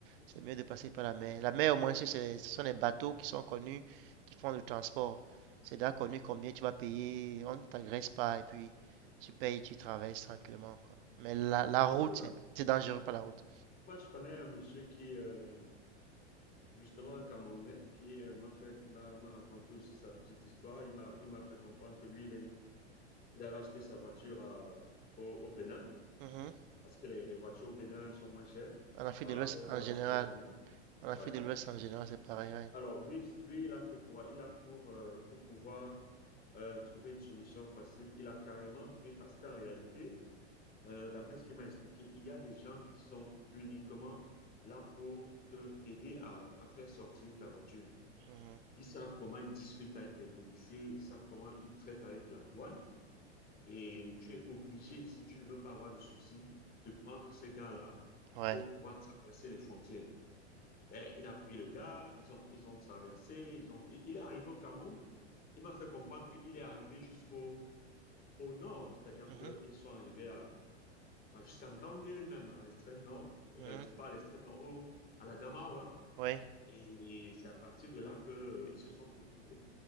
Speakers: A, on the right; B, on the left.
A: c'est mieux de passer par la mer. La mer, au moins, c'est- ce sont les bateaux qui sont connus, qui font le transport. C'est déjà connu combien tu vas payer. On ne t'agresse pas. Et puis, tu payes, tu traverses tranquillement, quoi. Mais la, la route,
B: Oui, Moi,
A: c'est c'est dangereux par la route.
B: moi, je connais un monsieur qui, euh, justement, un Camerounais, qui euh, m'a fait, m'a m'a raconté aussi sa petite histoire. Il m'a, il m'a fait comprendre que lui, il est- il a racheté sa voiture à- au, au Bénin,
A: Mhm.
B: parce que les, les voitures au Bénin sont moins chères
A: En Afrique
B: par
A: de
B: rapport
A: l'Ouest,
B: aux
A: en
B: voitures
A: général.
B: au Cameroun.
A: En Afrique
B: Ouais.
A: de l'Ouest, en général, c'est pareil, ouais.
B: Alors, lui, lui, il a fait quoi? Il a pour, euh, pour pouvoir euh, trouver une solution facile, il a carrément pris, parce qu'en réalité, euh, d'après ce qu'il m'a expliqué, il y a des gens qui sont uniquement là pour te, t'aider à, à faire sortir ta voiture.
A: Mhm.
B: Ils savent comment ils discutent avec les policiers, ils savent comment ils traitent avec la douane. Et tu es obligé, si tu ne veux pas avoir de soucis, de prendre ces gars-là
A: Ouais.
B: pour pouvoir traverser les frontières. Ben, il a pris le gars, ils ont, ils ont traversé, ils ont, il il est arrivé au Cameroun. Il m'a fait comprendre qu'il est arrivé jusqu'au au nord, c'est-à-dire
A: Mhm.
B: qu'ils sont arrivés à, à- jusqu'en Ngaoundéré même, à l'extrême nord, euh,
A: Mhm.
B: pas à l'extrême nord, au- à la Damawa.
A: Ouais.
B: Et c'est à partir de là qu'ils se sont séparés.